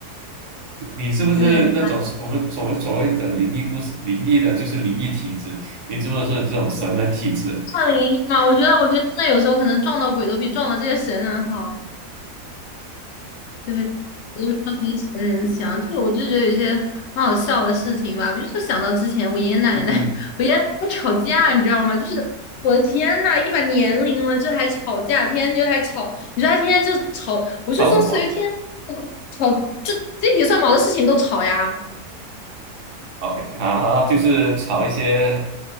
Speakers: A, on the right; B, on the left.
A: 你是不是那种我们所谓所谓的灵异故事？
B: <laughs> 对，就
A: 灵异的就是灵异体质，你是不是这种神人体质？
B: 算灵一嘛。我觉得，我觉得真的有时候可能撞到鬼都比撞到这些神人好。对，<laughs> 我就帮那些人想，就我就觉得有一些很好笑的事情吧，比如说想到之前我爷爷奶奶，
A: 嗯哼，
B: <laughs> 我爷爷奶奶吵架，你知道吗？就是我的天呐，一把年龄了，这还吵架，天天就还吵，你说他天天就吵，我就说随便天天就吵，
A: 吵什么
B: 就鸡皮蒜毛的事情都吵呀，
A: ？OK，好，好，就是吵一些，